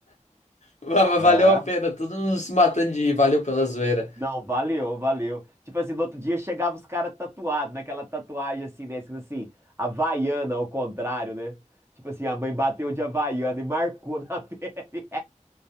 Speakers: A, on the left; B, on the right.
A: Va-
B: É.
A: Valeu a pena, todo mundo se matando de rir, valeu pela zoeira.
B: Não, valeu, valeu. Tipo assim, no outro dia chegava os caras tatuados, naquela tatuagem assim, né? Escrito assim, Havaiana, ao contrário, né? Tipo assim, a mãe bateu de Havaiana e marcou na <laughs> pele.